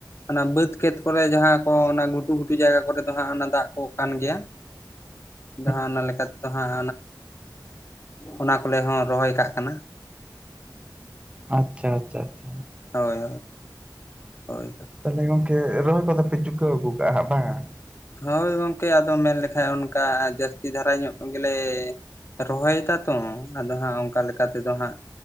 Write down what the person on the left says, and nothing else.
ᱚᱱᱟ ᱵᱟᱹᱫᱽ ᱠᱷᱮᱛ ᱠᱚᱨᱮ ᱡᱟᱦᱟᱸ ᱠᱚ ᱚᱱᱟ ᱜᱷᱩᱴᱩ ᱜᱷᱩᱴᱩ ᱡᱟᱭᱜᱟ ᱠᱚᱨᱮ ᱫᱚ ᱦᱟᱸᱜ ᱚᱱᱟ ᱫᱟᱜ ᱠᱚ ᱠᱟᱱ ᱜᱮᱭᱟ᱾
ᱫᱚ ᱦᱟᱸᱜ ᱚᱱᱟ ᱞᱮᱠᱟᱛᱮᱫᱚ ᱦᱟᱸᱜ ᱚᱱᱟ ᱠᱚᱨᱮ ᱦᱚᱸ ᱨᱚᱦᱚᱭ ᱠᱟᱜ ᱠᱟᱱᱟ᱾
ᱦᱳᱭ ᱦᱳᱭ
ᱦᱳᱭ ᱜᱚᱢᱠᱮ ᱟᱫᱚ ᱢᱮᱱ ᱞᱮᱠᱷᱟᱡ ᱚᱱᱠᱟ ᱡᱟᱹᱥᱛᱤ ᱫᱷᱟᱨᱟ ᱧᱚᱜ ᱜᱮᱞᱮ ᱨᱚᱦᱚᱭ ᱫᱟᱛᱚ ᱟᱫᱚ ᱦᱟᱸᱜ ᱚᱝ ᱚᱠᱟ ᱞᱮᱠᱟ ᱛᱮᱫᱚ ᱦᱟᱸᱜ